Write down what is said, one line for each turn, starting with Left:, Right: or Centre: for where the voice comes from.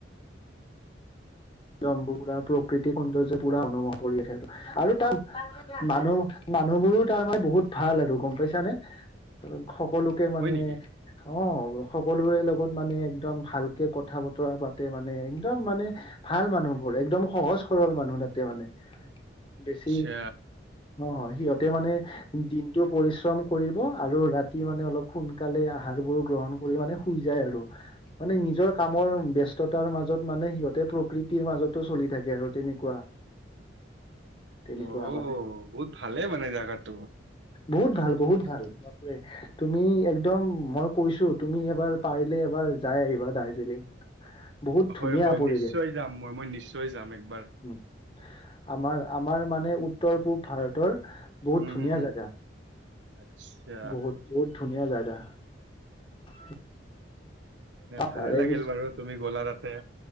Right: <unintelligible>
Left: জম পুৰা প্ৰকৃতি সৌন্দৰ্য পুৰা অনুভ পৰি আছে আৰু তাত মানুহ মানুহবোৰো তাৰমানানে বহুত ভাল আৰু গম পাইছানে সকলোকে মানে
Right: হয় নেকি?
Left: অ সকলোৰে লগত মানে একদম ভালকে কথা বতৰা পাতে মানে একদম মানে ভাল মানুহবোৰ একদম সহজ সৰল মানুহ তাতে মানে বেছি
Right: আচ্ছা
Left: ন হয়। সিহতে মানে দিনটো পৰিশ্ৰম কৰিব আৰু ৰাতি মানে অলপ সোনকালে আহাৰ বোৰ গ গ্ৰণ কৰি মানে শুই যায় আৰু। মানে নিজৰ কামৰ ব্যস্ততাৰ মাজত মানে সিহঁতে প্ৰকৃতিৰ মাজতো চলি থাকে আৰু। তেনেকুৱা তেনেকুৱা
Right: আহ
Left: মানে
Right: বহুত ভালেই মানে জোগাতটো।
Left: বহুত ভাল বহুত ভাল বাপৰে তুমি একদম মই কৈছো তুমি এবাৰ পাৰিলে এবাৰ যাই আহিবা দাৰ্জিলিং। বহুত
Right: হয়-
Left: ধুনীয়া
Right: হয়
Left: পৰিৱেশ
Right: নিশ্চয় যাম মই মই নিশ্চয় যাম একবাৰ
Left: উম আমাৰ- আমাৰ মানে উত্তৰ পূব ভাৰতৰ বহুত
Right: উম
Left: ধুনীয়া
Right: হুম হুম
Left: জেগা
Right: আচ্ছা
Left: বহুত বহুত ধুনীয়া জেগা। <unintelligible>
Right: ন ভালে
Left: তাৰে
Right: লাগিল
Left: পিছ
Right: বাৰু তুমি গ'লা তাতে